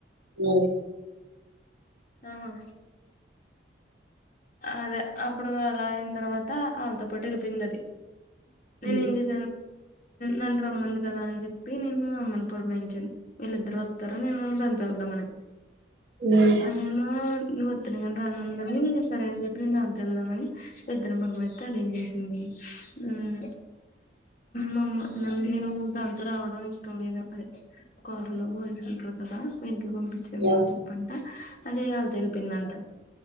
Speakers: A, on the right; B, on the left.
A: ఉమ్
B: ఆహా!? అదే అప్పుడు అలా అయిన తర్వాత వాళ్ళతో పాటు వెళ్ళిపోయింది అది
A: ఉమ్
B: నేను ఏం చేస్త నన్నురమ్మంది కదా అని చెప్పి నేను అమ్మను పూరమాయించాను వీళ్ళిద్దరు వత్తారు నేను నేను తనతో వెళ్దామని
A: ఉమ్
B: అదేమో నువ్వు ఒత్తేనేగాని రానుందని సరే అని చెప్పి నేను దానితో వెళ్దామని ఇద్దరినీ పురమా ఇత్తే అది ఏమ్ చేసింది ఉమ్ మమ్మ నేను దాంతా రావడం ఇష్టం లేదు అది కార్లో బ ఇంట్లో కదా ఇంట్లో పంపించమ్
A: యా
B: అని చెప్పంట అదే వాళ్ళతో వెళ్ళిపోయిందంట